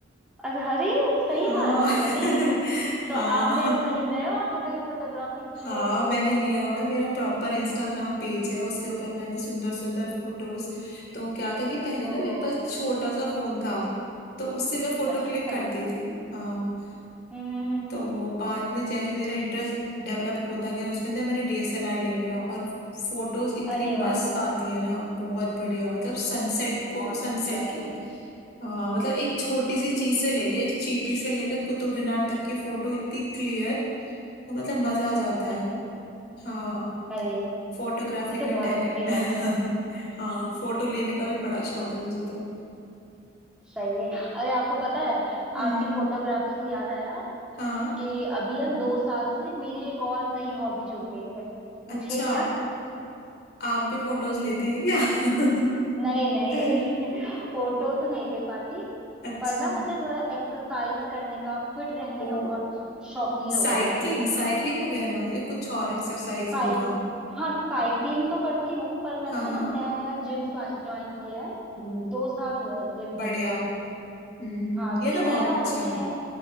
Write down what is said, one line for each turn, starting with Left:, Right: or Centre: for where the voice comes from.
Centre: अरे अरे, सही
Left: हाँ
Centre: बात
Left: <laughs>
Centre: अरे तो आपने
Left: हाँ
Centre: कहीं गए हो आपने कहीं फोटोग्राफी की
Left: हाँ
Centre: हो फिर
Left: मैंने लिया हुआ है मेरा प्रॉपर इंस्टाग्राम पेज है उसके ऊपर मैंने सुंदर सुंदर फोटोज तो क्या था कि पहले ना
Centre: ओहो
Left: मेरे पास छोटा सा फोन था तो उससे मैं फोटो
Centre: अच्छा
Left: क्लिक
Centre: अच्छा
Left: करती थी हाँ
Centre: हम्म हम्म
Left: तो
Centre: हम्म हम्म,
Left: बाद में जैसे मेरा इंटरेस्ट डेवलप होता गया उसके अंदर मैंने डीएसएलआर ले लिया और फोटोज इतनी
Centre: अरे वाह
Left: मस्त आती है ना बहुत बढ़िया मतलब सनसेट को
Centre: बहुत
Left: सनसेट
Centre: अच्छी बात
Left: की
Centre: है
Left: आ, मतलब एक छोटी सी चीज से लेके एक चींटी से लेकर कुतुब मीनार तक की फोटो इतनी क्लियर तो मतलब मजा आ जाता है
Centre: अच्छा अच्छा
Left: हाँ
Centre: अरे
Left: फोटोग्राफी
Centre: ये तो
Left: का
Centre: बहुत
Left: टैलेंट
Centre: अच्छी बात
Left: <laughs>
Centre: है
Left: हाँ फोटो लेने का भी बड़ा शौक है मुझे तो
Centre: सही है अरे आपको पता है
Left: हम्म
Centre: आपकी फोटोग्राफी से याद आया
Left: हाँ
Centre: कि अभी ना दो साल से मेरी एक और नई हॉबी जुड़ गई है
Left: अच्छा
Centre: पूछे क्या
Left: आप भी फोटोज लेते हैं क्या <laughs>
Centre: नहीं नहीं
Left: <laughs>
Centre: <laughs> फोटो तो नहीं ले पाती
Left: अच्छा
Centre: पर ना मुझे थोड़ा एक्सरसाइज करने का फिट रहने
Left: ओ
Centre: का बहुत शौकीन
Left: साइकिलिंग
Centre: हो गई हूँ मैं
Left: साइकिलिंग वगैरह या कुछ और एक्सरसाइज
Centre: साइक
Left: योगा
Centre: हाँ साइकिलिंग तो करती हूँ पर मैंने
Left: हाँ
Centre: ना
Left: हाँ
Centre: नया नया जिम ज्वाइन किया है
Left: वो
Centre: दो साल हुए हैं जिम
Left: बढ़िया
Centre: करते हुए
Left: हम्म
Centre: हाँ
Left: ये
Centre: तो ये
Left: तो
Centre: नया
Left: बहुत अच्छा
Centre: हॉबी
Left: है
Centre: है